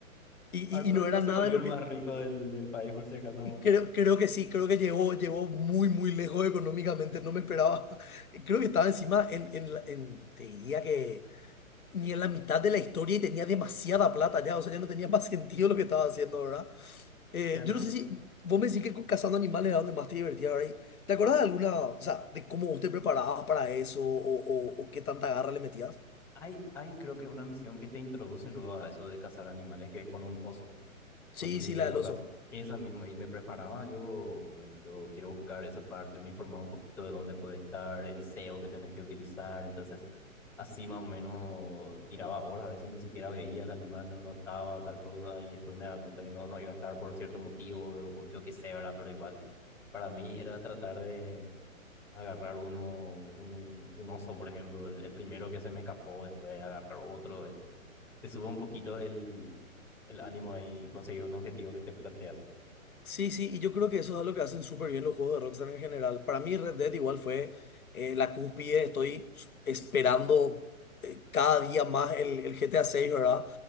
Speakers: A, on the left (about 85°); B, in the centre.
A: Y,
B: Arthur
A: y, y no era
B: no se
A: nada
B: volvió
A: de lo
B: el más
A: que...
B: rico del, del país, por si acaso.
A: Y Creo, creo que sí, creo que llegó, llegó muy, muy lejos económicamente, no me esperaba. <laughs> Creo que estaba encima en, en, la- en- te diría que ni en la mitad de la historia y tenía demasiada plata ya, o sea, ya no tenía más <laughs> sentido lo que estaba haciendo, ¿verdad? Eh,
B: Ya no.
A: yo no sé si vos me decís que con- cazando animales era donde más te divertías, ¿verdad? Y, ¿Te acordás de alguna, o sea, de cómo vos te preparabas para eso o, o o qué tanta garra le metías?
B: Hay, hay creo que una misión que te introduce luego a eso de cazar animales, que es con un oso.
A: Sí,
B: No sé
A: sí,
B: si recordás.
A: la del oso.
B: Esa misma, y me preparaba yo, bueno, yo quiero buscar esa parte, me informaba un poquito de dónde puede estar el SEO que tenés que utilizar, entonces así más o menos tiraba horas, a veces ni siquiera veía el animal, no, no estaba tal cosa, y después me daba cuenta que no, no iba a estar por cierto motivo, o, o yo qué sé, ¿verdad? Pero igual, para mí era tratar de agarrar uno, un, un un oso, por ejemplo, el, el primero que se me escapó, después agarrar otro, es tipo te sube un poquito el, el ánimo ahí, conseguir un objetivo que te planteas.
A: Sí, sí, y yo creo que eso es algo que hacen súper bien los juegos de Rockstar en general. Para mí Red Dead igual fue eh, la cúspide, estoy s- esperando eh, cada día más el, el GTA 6, ¿verdad?